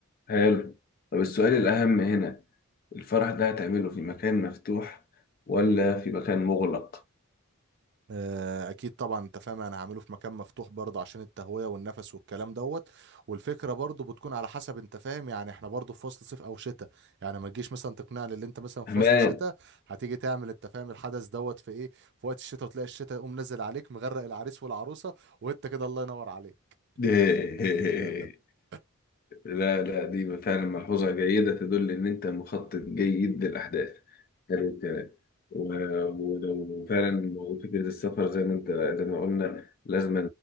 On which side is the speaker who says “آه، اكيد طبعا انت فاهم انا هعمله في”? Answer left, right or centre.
Right